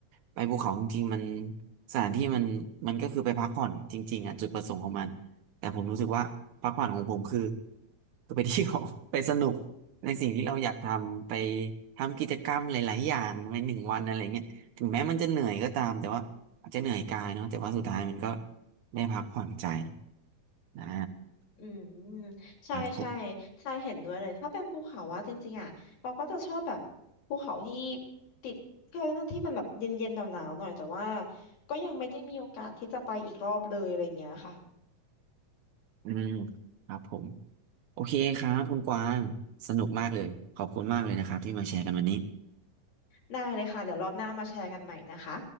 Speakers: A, on the right; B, on the left.
A: ไปภูเขาจริงๆมันสถานที่มันมันก็คือไปพักผ่อนจริงๆอะจุดประสงค์ของมันแต่ผมรู้สึกว่าพักผ่อนของผมคือคือไปเที่ยว <laughs> ไปสนุกในสิ่งที่เราอยากทำไปทำกิจกรรมหลายๆอย่างในหนึ่งวันอะไรเงี้ยถึงแม้มันจะเหนื่อยก็ตามแต่ว่าอาจจะเหนื่อยกายเนาะแต่ว่าสุดท้ายมันก็ได้พักผ่อนใจนะ
B: อืมใช่ใช่
A: ครับผม
B: ใช่เห็นด้วยเลยถ้าเป็นภูเขาว่าจริงๆอ่ะบางก็จะชอบแบบภูเขาที่ติดที่เขาเรียกว่าที่มันแบบเย็นๆหนาวๆหน่อยแต่ว่าก็ยังไม่ได้มีโอกาสที่จะไปอีกรอบเลยอะไรอย่างเงี้ยค่ะ
A: อืมครับผมโอเคครับคุณกวางสนุกมากเลยขอบคุณมากเลยนะครับที่มาแชร์กันวันนี้
B: ได้เลยค่ะเดี๋ยวรอบหน้ามาแชร์กันใหม่นะคะ